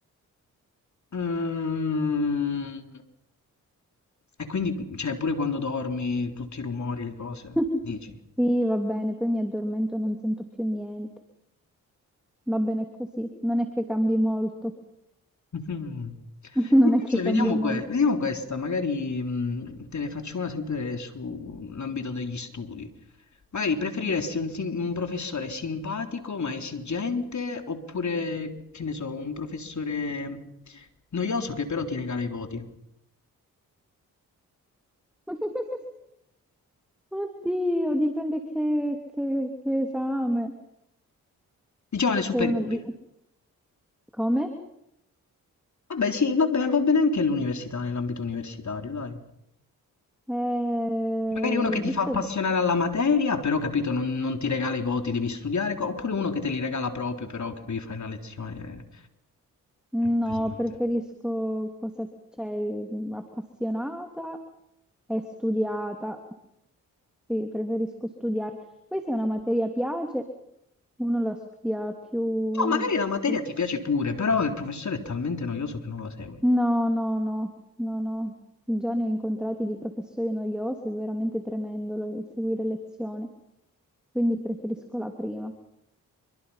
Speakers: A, on the left; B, in the centre.
A: Mm. E quindi, cioè, pure quando dormi, tutti i rumori, le cose,
B: <laughs>
A: dici.
B: Sì, va bene, poi mi addormento e non sento più niente. Va bene così, non è che cambi molto.
A: Mhm.
B: <laughs> Non
A: Invece
B: è che cambia
A: vediamo,
B: molto.
A: que- vediamo questa, magari mh, te ne faccio una sempre sull'ambito degli studi. Magari preferiresti un, sim- un professore simpatico ma esigente oppure, che ne so, un professore noioso che però ti regala i voti?
B: <laughs> Oddio, dipende che, che- che esame.
A: Diciamo le superiori.
B: Sei uno di... Come?
A: Vabbè, sì, va bene, va bene anche l'università, nell'ambito universitario, dai.
B: Eh,
A: Magari uno che ti
B: visto...
A: fa appassionare alla materia, però capito, non, non ti regala i voti, devi studiare, co- oppure uno che te li regala proprio, però che devi fare la lezione.
B: No,
A: eh, È pesante.
B: preferisco cose, cioè, appassionata e studiata. Sì, preferisco studiare. Poi se una materia piace, uno la studia più,
A: No, magari la materia
B: più
A: ti piace pure, però il professore è talmente noioso che non lo segui.
B: No, no, no, no, no. Già ne ho incontrati di professori noiosi, è veramente tremendo lo- seguire lezioni, quindi preferisco la prima.